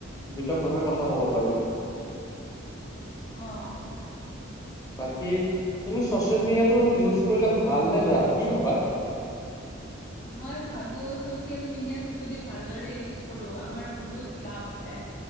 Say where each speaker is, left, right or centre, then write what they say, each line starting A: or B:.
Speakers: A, on the left (about 20°); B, on the left (about 45°).
A: বিতংভাৱে কথা কব পাৰো
B: অ
A: বাকী তুমি চচিয়েল মিডিয়াটো ইউজ কৰিলে ভাল নে বেয়া কি ভাবা
B: মই ভাবো চচিয়েল মিডিয়াটো যদি ভালদৰে ইউজ কৰো আমাৰ বহুত লাভ আছে